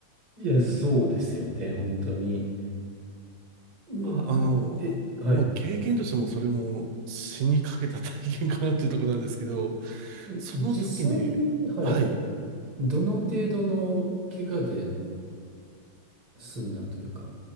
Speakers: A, on the right; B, on the right.
A: いや、そうですよね、本当に。
B: <laughs>
A: うわー、
B: まあ、あの、
A: え、はい。
B: まあ、経験としてもそれも死にかけた体験かなっていうところなんですけど、
A: え、
B: その時に、
A: 実際に、はい。
B: はい、
A: どの程度の怪我で済んだというか。